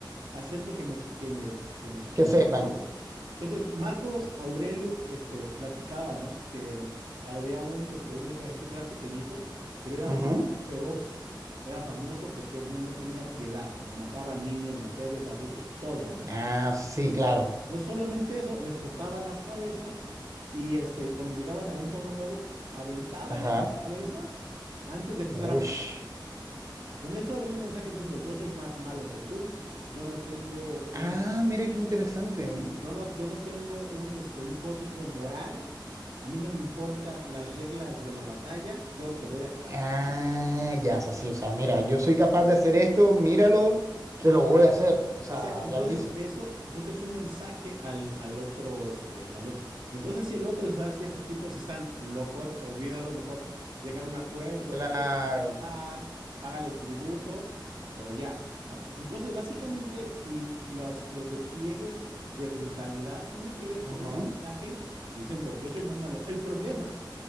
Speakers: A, on the right; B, on the right.
A: Haciendo que me, que me, que me, este,
B: Que
A: que me
B: sepan.
A: tenga miedo. Entonces, Marcos Aurelio, este, platicaba, ¿no? Que había un, este, un ejército que era pequeñito, pero era
B: Ujú.
A: muy feroz, era famoso porque no, no tenía piedad, ¿no? Mataba a niños, mujeres, adultos, todos, ¿no?
B: Ah, sí, claro.
A: No solamente eso, les cortaba las cabezas y este, cuando llegaban a un pueblo nuevo, aventaban
B: Ajá.
A: esas cabezas antes de empezar
B: Ush.
A: a pelear. Con eso era un mensaje diciendo, yo soy más malo que tú, yo no tengo un,
B: Ah, mira
A: este,
B: qué interesante.
A: Sí, Yo no, yo no tengo un, este, un código moral, a mí no me importa las reglas de la batalla, yo te voy a acabar.
B: Ah, ya es así. O sea, mira, yo soy capaz de hacer esto, míralo, que
A: Entonces,
B: lo voy a hacer. O sea,
A: Exacto. Entonces,
B: ya lo hice.
A: eso, entonces un mensaje al, al otro, este, al otro. Entonces, si el otro dice, sabes que estos tipos están locos, olvídalo, mejor llega a un acuerdo,
B: Claro.
A: deja pasar, págales tributo, pero ya, ¿no? Entonces, básicamente, l- las- los despliegues de brutalidad tiene que ver
B: Ajá.
A: como un mensaje diciendo, yo soy más malo. El problema